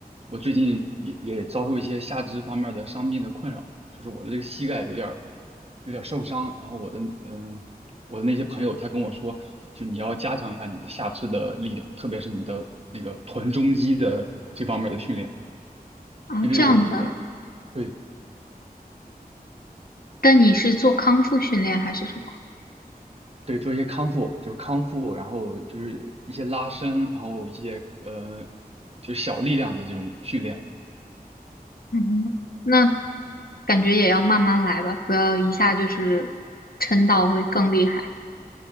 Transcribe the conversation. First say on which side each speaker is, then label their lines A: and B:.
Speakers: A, on the right (about 40°); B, on the left (about 70°).
A: 我最近也也遭受一些下肢方面的伤病的困扰，就是我的这个膝盖有点儿有点儿受伤。然后我的嗯、呃我的那些朋友他跟我说，就你要加强一下你的下肢的力量，特别是你的那个臀中肌的这方面的训练，
B: 哦，
A: 因为我如果
B: 这样的。
A: 对。
B: 但你是做康复训练还是什么？
A: 对，做一些康复，就是康复，然后就是一些拉伸，然后一些呃，就是小力量的这种训练。
B: 嗯，那感觉也要慢慢来吧，不要一下就是撑到会更厉害。